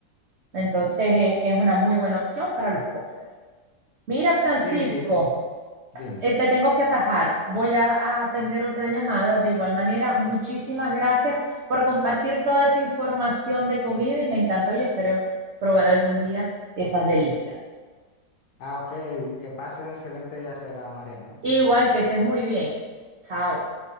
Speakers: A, on the right (about 85°); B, on the left (about 65°).
A: Entonces eh, es una muy buena opción para los postres. Mira, Francisco,
B: Sí, sí, dime.
A: eh, te tengo que atajar. Voy a, a atender otra llamada. De igual manera, muchísimas gracias por compartir toda esa información de comida y me encantó y espero probar algún día esas delicias.
B: Ah, ok, que pase un excelente día será, Mariano.
A: Igual que estés muy bien. Chao.